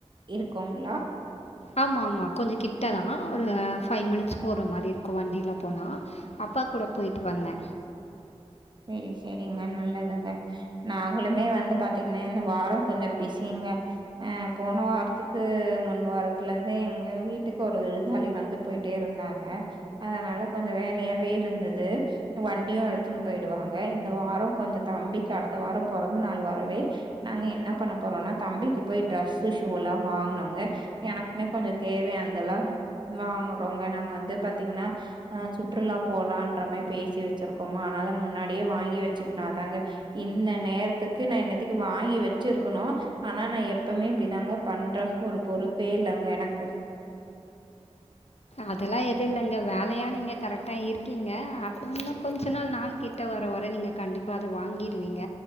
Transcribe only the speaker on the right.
இருக்குங்களா
செரி செரிங்க நல்லதுங்க. நாங்களுமே வந்து பாத்தீங்கன்னா இந்த வாரோ கொஞ்ச பிஸிங்க. ஆ போன வாரத்துக்கு முன் வாரத்துல இருந்து எங்க வீட்டுக்கு ஒரு விருந்தாளி வந்து போயிட்டே இருந்தாங்க. அதனால கொஞ்ச வேலையாவே இருந்தது வண்டியு எடுத்துனு போய்டுவாங்க இந்த வாரோ கொஞ்ச தம்பிக்கு அடுத்த வாரோ பொறந்த நாள் வரவே நாங்க என்ன பண்ண போறோன்னா தம்பிக்கு போய் டிரெஸ், ஷூல்லா வாங்கணுங்க எனக்குமே கொஞ்ச தேவையானதெல்லா வாங்குறோங்க நாங்க வந்து பாத்தீங்ன்னா சுற்றுலா போலான்ற மாரி பேசி வச்சிருக்கோமா அதனால முன்னாடியே வாங்கி வச்சுக்கணு அதாங்க இந்த நேரத்துக்கு நா இந்நேரத்தக்கி வாங்கி வச்சுருக்கணு ஆனா நா எப்பமே இப்டிதாங்க பண்றே ஒரு பொறுப்பே இல்லங்க எனக்கு.